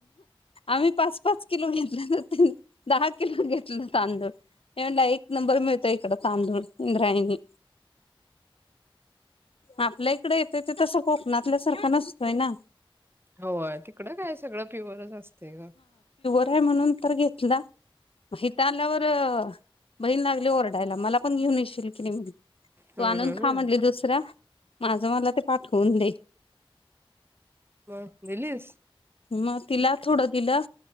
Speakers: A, on the left; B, on the right.
A: आम्ही पाच पाच किलो घेतला ना तेन दहा किलो घेतलं तांदूळ हे म्हणल एक नंबर मिळतो इकडं तांदूळ इंद्रायणी आपल्या इकड येतंय ते तसं कोकणातल्या सारखं नसतोय ना
B: होय तिकडं काय सगळं प्युवरच असतय ग
A: होय म्हणून तर घेतला हिथ आल्यावर बहीण लागली ओरडायला मला पण घेऊन येशील की नाही म्हणुन
B: हम्म
A: तू आणून
B: हम्म
A: खा म्हणली दुसरा माझं मला ते पाठवून दे
B: व्हय दिलीस
A: मग तिला थोडं दिलं